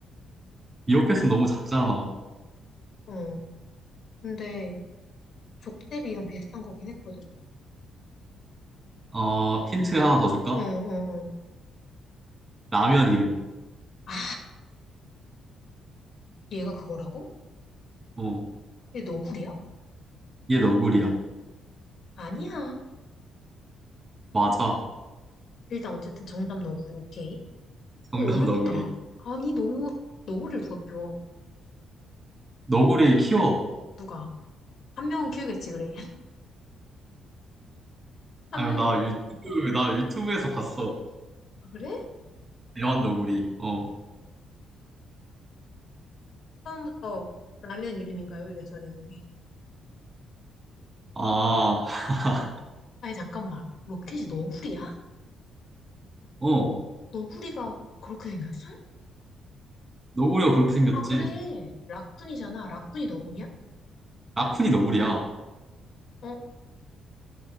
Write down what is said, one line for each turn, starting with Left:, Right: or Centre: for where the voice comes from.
Right: 이오패스 너무 작잖아.
Left: 어. 근데 족대비랑 비슷한 거긴 했거든?
Right: 어, 힌트 하나 더 줄까?
Left: 어, 어, 어.
Right: 라면 이름.
Left: 아, 얘가 그거라고?
Right: 어,
Left: 얘 너구리야?
Right: 얘 너구리야.
Left: 아니야.
Right: 맞아.
Left: 일단 어쨌든 정답 너구리, 오케이.
Right: 정답
Left: 어, 어렵다.
Right: 너구리.
Left: 아니, 너무, 너구리를 누가 키워?
Right: 너구리 키워.
Left: 누가? 한 명은 키우겠지, 그래. <laughs> 한
Right: 아유,
Left: 명은,
Right: 나 유튜브, 나 유튜브에서 봤어.
Left: 아, 그래?
Right: 애완 너구리. 어.
Left: 처음부터 라면 이름인가요? 이랬어야 되는데.
Right: 아, <laughs>
Left: 아니, 잠깐만. 로켓이 너구리야?
Right: 어.
Left: 너구리가 그렇게 생겼어?
Right: 너구리가 그렇게 생겼지.
Left: 아, 그래. 락군이잖아. 락군이 너구리야?
Right: 라쿤이 너구리야.
Left: 어?